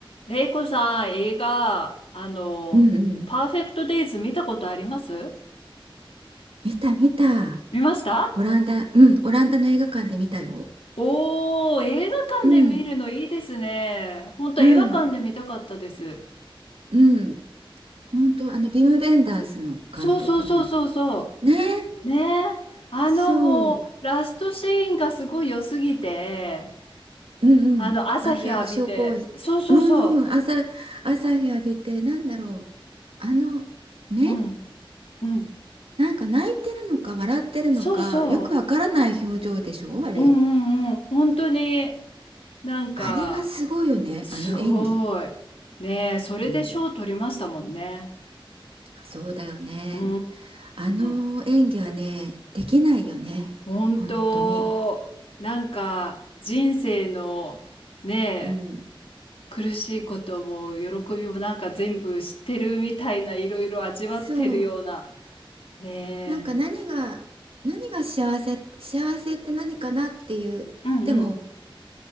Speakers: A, on the left (about 80°); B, on the right (about 80°).
A: レイコさん、映画、あの、
B: うんうん。
A: パーフェクトデイズ見たことあります
B: 見た見た。
A: 見ました
B: オランダ、うん、オランダの映画館で見たよ。
A: おー、映画館で見るのいいですね。
B: うん、
A: 本当映画館で見たかったです。
B: うん、うん。本当、あの、ビム・ベンダースの監督の。
A: そうそうそうそうそ
B: ね、
A: う。ねえ。あのもう、
B: そう。
A: ラストシーンがすごい良すぎて、
B: うんうん。
A: あの、朝日浴びて。
B: あの、役所広司。
A: そうそうそ
B: うんうん。朝、朝日浴びて、なんだろう。あの、目
A: う。うん、うん。
B: なんか泣いてるのか、笑ってるのか、
A: そうそ
B: よくわからない表情でしょあれ。
A: う。うんうんうん。本当に。なんか、
B: あれがすごいよね。
A: すごい。
B: あの演技。
A: ねえ、それで賞取りましたもんね。
B: うん。そうだよね。
A: うー
B: あの演技はね、
A: ん。
B: できないよね。
A: 本当、
B: 本当に。
A: なんか人生のねえ、
B: うん。
A: 苦しいことも喜びもなんか全部知ってるみたいないろいろ味わってるような。
B: そう。
A: ね
B: なんか何が、何が幸せ、幸せって何かなっていう。
A: え。うんうん
B: でも、